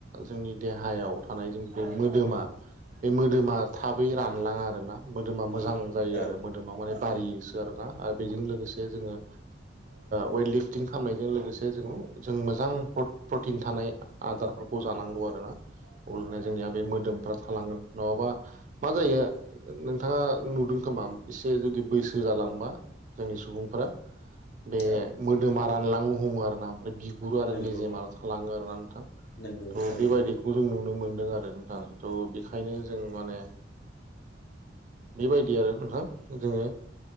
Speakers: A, on the right; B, on the left.
A: जोंनि देहायाव थानाय जोंनि बे मोदोमा बे मोदोमा थाबै रानलाङा आरोना मोदोमा मोजां जायो
B: औ
A: आरो मो मोदोमा माने बारियोसो आरोना आरो बेजों लोगोसे जोङो वेट लिफटिं खालामनायजों लोगोसे जोङो जों मोजां प्रट प्रटिन थानाय आदारफोरखौ जानांगौ आरोना अब्लानो जोंनिया बे मोदोमफ्रा थालांगोन नङाबा मा जायो नोंथाङा नुदों खोमा एसे जुदि बैसो जालांबा जोंनि सुबुंफोरा बे
B: औ
A: मोदोमा रानलांनो हमो आरो ना बिगुर आरो
B: नंगौ
A: मेजेमाल थालाङो आरोना नोंथां
B: नंगौ
A: थ'
B: थारैनो
A: बेबायदिखौ गुदुं नुनो मोनदों आरो नोंथां थ' बेखायनो जों माने बेबायदि आरो नोंथां जोङो